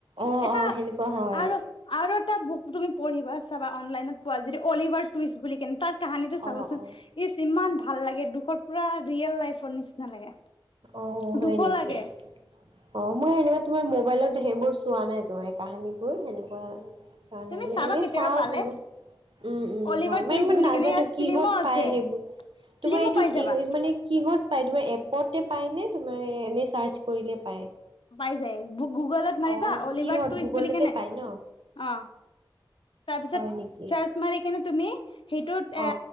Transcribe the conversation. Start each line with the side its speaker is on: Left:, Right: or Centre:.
Right: অ',
Left: এটা
Right: অ', সেনেকুৱা হয়
Left: আৰু। আৰু এটা বুক তুমি পঢ়িবা চাবা অনলাইনত পোৱা যদি অলিভাৰ টুইচ বুলি কেনে তাৰ কাহানীটো চাবাচোন।
Right: অ', অ',
Left: ইচ ইমান ভাল লাগে দুখৰ পুৰা ৰিয়েল লাইফৰ নিচিনা লাগে।
Right: অ হয়
Left: দুখ
Right: নেকি
Left: লাগে
Right: অ মই সেনেকুৱা তোমাৰ মোবাইলত। সেইবোৰ চোৱা নাই তোমাৰ কাহানী বোৰ সেনেকুৱা চোৱা নাই
Left: তুমি
Right: মানে
Left: চাবা
Right: এনে
Left: কেতিয়াবা
Right: চাও
Left: পালে
Right: তোমাক। উম উম
Left: অলিভাৰ
Right: হয় মানে
Left: টুইষ্ট
Right: মই
Left: বুলি
Right: নাজানো
Left: কেনে ইয়াৰ
Right: কিহত
Left: ফিল্মো আছে
Right: পায় সেইবোৰ তোমাৰ
Left: ফিল্মো
Right: এইটো
Left: পাই যাবা
Right: মানে। কিহত পায় তোমাৰ এপতে পায়নে তোমাৰ এনেই চাৰ্চ কৰিলে পায়।
Left: পাই যায় গুগলত মাৰিবা
Right: অ
Left: অলিভাৰ
Right: কিহত
Left: টুইচ
Right: গুগলতে
Left: বুলি কেনে
Right: পায় ন
Left: অ। তাৰপিছত
Right: হয় নেকি
Left: চাৰ্চ মাৰি কেনে তুমি সেইটোত এ
Right: অ